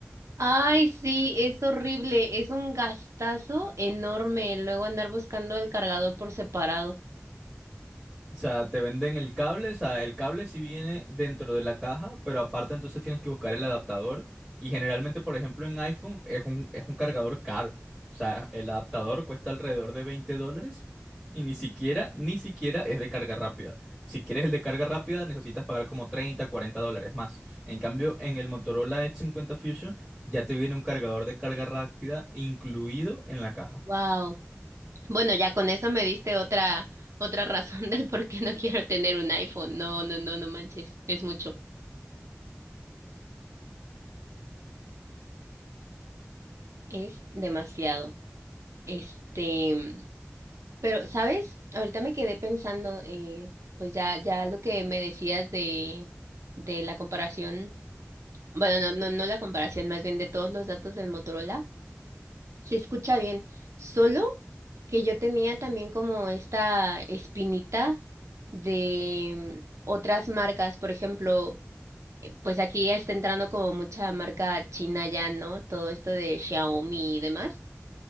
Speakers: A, on the right; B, in the centre.
A: Ay, sí, es horrible, es un gastazo enorme luego andar buscando el cargador por separado.
B: O sea, te venden el cable, o sea, el cable sí viene dentro de la caja, pero aparte entonces tienes que buscar el adaptador. Y generalmente, por ejemplo, en iPhone es un, es un cargador caro. O sea, el adaptador cuesta alrededor de 20 dólares y ni siquiera, ni siquiera es de carga rápida. Si quieres el de carga rápida, necesitas pagar como 30, 40 dólares más. En cambio, en el Motorola Edge 50 Fusion ya te viene un cargador de carga rápida incluido en la caja.
A: Wow. Bueno, ya con eso me diste otra otra razón <laughs> del por qué no quiero tener un iPhone. No, no, no, no manches, es mucho. Es demasiado. Este, pero ¿sabes? Ahorita me quedé pensando eh, pues ya ya lo que me decías de de la comparación, bueno, no no no la comparación, más bien de todos los datos del Motorola. Se escucha bien. Solo que yo tenía también como esta espinita de mm, otras marcas, por ejemplo, pues aquí está entrando como mucha marca china ya, ¿no? Todo esto de Xiaomi y demás.